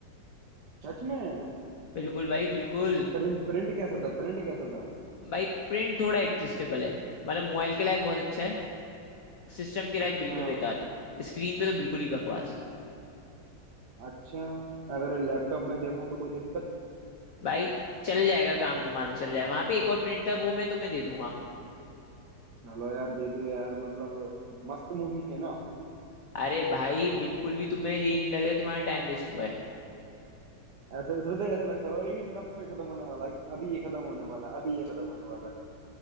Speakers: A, on the right; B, on the left.
A: सच में
B: बिल्कुल भाई बिल्कुल
A: प्रिंट प्रिंट कैसा था प्रिंट कैसा था
B: भाई प्रिंट थोड़ा एडजस्टेबल है मतलब मोबाइल के लायक बहुत अच्छा है सिस्टम के लायक
A: अच्छा
B: बिल्कुल बेकार स्क्रीन पे तो बिल्कुल ही बकवास
A: अच्छा अगर लैपटॉप में देखूं तो कोई दिक्कत
B: भाई चल जाएगा काम तुम्हारा चल जाएगा वहां पे एक और प्रिंटर वो मैं तुम्हें दे दूंगा
A: चलो यार दे दियो यार मतलब मस्त मूवी है ना
B: अरे भाई बिल्कुल भी तुम्हें ये नहीं लगेगा तुम्हारा टाइम वेस्ट हुआ है
A: ऐसे इसमें तो ऐसा लगता है कि कब कोई खत्म होने वाला है अभी ये खत्म होने वाला है अभी ये खत्म होने वाला